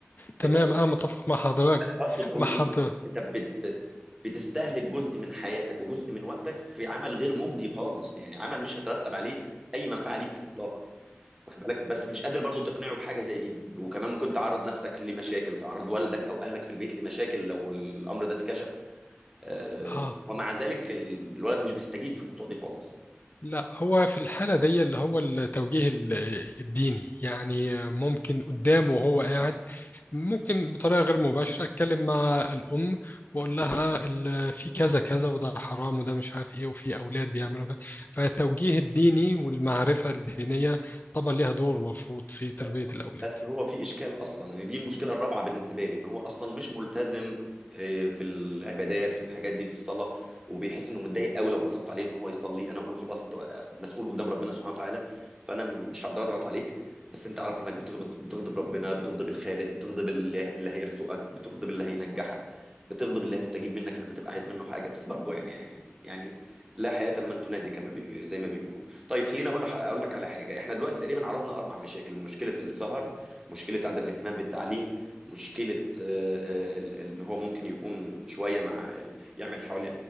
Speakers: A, on the left; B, on the right.
A: تمام
B: هيبقى
A: اه متفق مع حضرتك
B: اقصد اقول
A: مع
B: ايه
A: حضرتك
B: انت بت بتستهلك جزء من حياتك وجزء من وقتك في عمل غير مجدي خالص يعني عمل مش هيترتب عليه اي منفعه ليك اطلاقا واخد بالك بس مش قادر برضو تقنعه بحاجه زي دي وكمان ممكن تعرض نفسك لمشاكل تعرض والدك او اهلك في البيت لمشاكل لو الامر ده اتكشف آه،
A: اه
B: ومع ذلك ال- الولد مش بيستجيب في النقطه دي خالص
A: لا هو في الحالة دي اللي هو التوجيه ال- الديني يعني ممكن قدامه وهو قاعد ممكن بطريقة غير مباشرة أتكلم مع الأم وأقول لها ال- في كذا كذا وده حرام وده مش عارف إيه وفي أولاد بيعملوا كذا فالتوجيه الديني والمعرفة الدينية طبعا ليها دور مفروض في تربية
B: بس
A: الأولاد
B: بس هو في اشكال اصلا ان دي المشكله الرابعه بالنسبه لي ان هو اصلا مش ملتزم آه، في العبادات في الحاجات دي في الصلاه وبيحس انه متضايق قوي لو غضبت عليه ان هو يصلي انا اقول له خلاص انت مسؤول قدام ربنا سبحانه وتعالى فانا مش هقدر اضغط عليك بس انت عارف انك بتغضب بتغضب ربنا بتغضب الخالق بتغضب اللي, اللي هيرزقك بتغضب اللي هينجحك بتغضب اللي هيستجيب منك لما تبقى عايز منه حاجه بس برضه يعني يعني لا حياه لمن تنادي كما بي... زي ما بيقولوا طيب خليني اقول لح- اقول لك على حاجه احنا دلوقتي تقريبا عرضنا اربع مشاكل مشكله السهر مشكله عدم الاهتمام بالتعليم مشكله آه، آه، ال- ال- ان هو ممكن يكون شويه مع يعمل حوالي